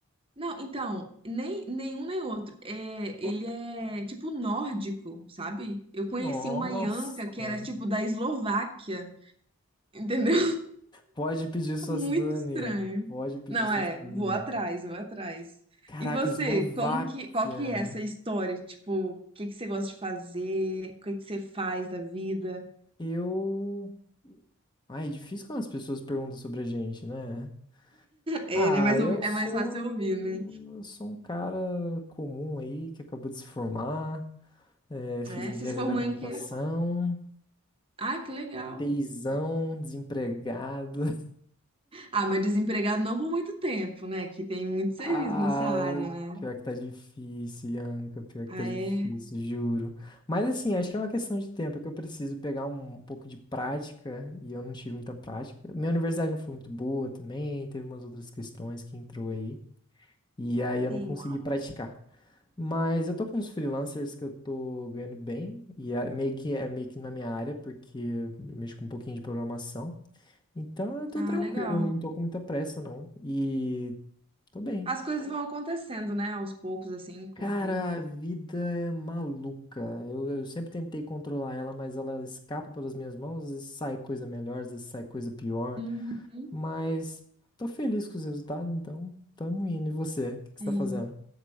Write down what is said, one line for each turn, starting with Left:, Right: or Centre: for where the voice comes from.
Right: Não, então, nem nenhum nem outro. É,
Left: Ó,
Right: ele é tipo nórdico, sabe? Eu conheci
Left: Nossa.
Right: uma Ianca que era tipo da Eslováquia, entendeu?
Left: Pode pedir sua
Right: Muito
Left: cidadania.
Right: estranho.
Left: Pode pedir
Right: Não
Left: sua
Right: é,
Left: cidadania.
Right: vou atrás, vou atrás.
Left: Caraca,
Right: E você,
Left: Eslováquia.
Right: como que, qual que é essa história? Tipo, o que que você gosta de fazer? O que que você faz da vida?
Left: Eu. Ai, é difícil quando as pessoas perguntam sobre a gente, né?
Right: É,
Left: Ah,
Right: né? Mas
Left: eu
Right: eu- é
Left: sou.
Right: mais fácil ouvir, né?
Left: Eu sou um cara comum aí que acabou de se formar. é, fiz
Right: É,
Left: engenharia
Right: você se formou
Left: da computação.
Right: em quê? Ah, que legal.
Left: Teizão, desempregado. <laughs>
Right: Ah, mas desempregado não por muito tempo, né? Que tem muito serviço
Left: Ah,
Right: nessa área, né?
Left: pior que tá difícil, Ianca, pior que
Right: Ah,
Left: tá difícil,
Right: é?
Left: juro. Mas assim, acho que é uma questão de tempo, é que eu preciso pegar um, um pouco de prática e eu não tive muita prática. Minha universidade não foi muito boa também, teve umas outras questões que entrou aí, e aí eu
Right: Sim.
Left: não consegui praticar. Mas eu tô com uns freelancers que eu tô ganhando bem, e é meio que é meio que na minha área, porque eu mexo com um pouquinho de programação. Então eu tô
Right: Ah,
Left: tranquilo,
Right: legal.
Left: não tô com muita pressa, não. E tô bem.
Right: As coisas vão acontecendo, né? Aos poucos, assim, com
Left: Cara,
Right: o tempo.
Left: a vida é maluca. Eu, eu sempre tentei controlar ela, mas ela escapa pelas minhas mãos. Às vezes sai coisa melhor, às vezes sai coisa pior.
Right: Uhum.
Left: Mas tô feliz com os resultados, então tamo indo. E você? O que que você
Right: Sim.
Left: tá fazendo?